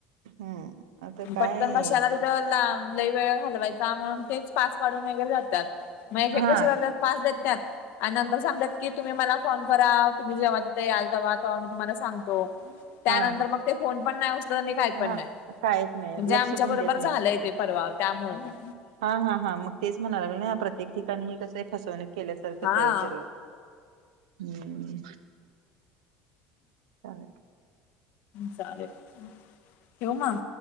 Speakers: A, on the right (about 80°); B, on the left (about 65°).
A: हम्म आता काय
B: पटकन कशाला तिथं लांब लई वेळ घालवायचा म्हणून तेच पास काढून वगैरे जातात. मग
A: हा
B: हेे कसे करतात पास देत्यात. आणि नंतर सांगतात की तुम्ही मला फोन करा तुम्ही जेव्हा तिथे याल तेव्हा तेव्हा मी तुम्हाला सांगतो. त्यानंतर
A: हा
B: मग ते फोन पण नाही उचलत आणि काही पण
A: हा
B: नाही.
A: कायच नाही
B: म्हणजे
A: लक्ष
B: आमच्या
A: पण
B: बरोबर
A: देत नाहीत
B: झालंय तेे परवा त्यामुळं मग.
A: हा हा हा मग तेच म्हणाय लागल नाही प्रत्येक ठिकाणी हे कसंय फसवणूक केल्यासारखंच
B: हा
A: आहे सगळे. हम्म चालेल.
B: चालेल ठेवू मग?